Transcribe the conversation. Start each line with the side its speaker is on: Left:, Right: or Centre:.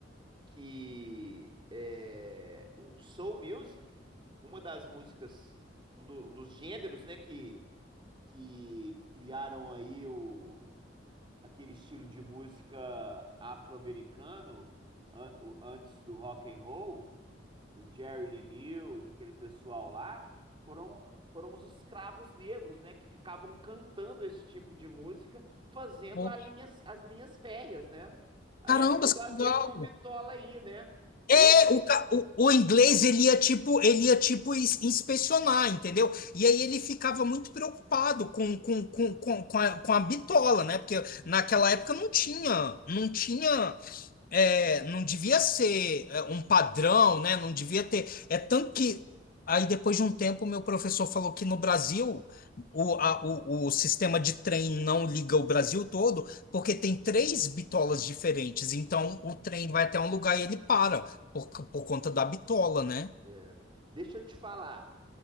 Right: que é, o soul music, uma das músicas, um, do- um dos gêneros, né, que que criaram aí o, aquele estilo de música afro-americano an- o- antes do rock and roll, do Jerry Lee Lewis, aquele pessoal lá, foram foram os escravos negros, né, que ficavam cantando esse tipo de música, fazendo
Left: Pô,
Right: a linhas, as linhas férreas, né? Aí
Left: Caramba,
Right: é tudo
Left: que
Right: a ver
Left: legal.
Right: com o Bitola aí, né?
Left: É,
Right: Eu, ac-
Left: o, ca- o, o inglês ele ia tipo, ele ia tipo ins- inspecionar, entendeu? E aí ele ficava muito preocupado com, com, com, com, com a, com a bitola, né? Porque naquela época não tinha, não tinha é, não devia ser é, um padrão, né? Não devia ter. É tanto que aí depois de um tempo meu professor falou que no Brasil o, a- o, o sistema de trem não liga o Brasil todo porque tem três bitolas diferentes. Então o trem vai até um lugar e ele para por, c- por conta da bitola, né?
Right: é, deixa eu te falar,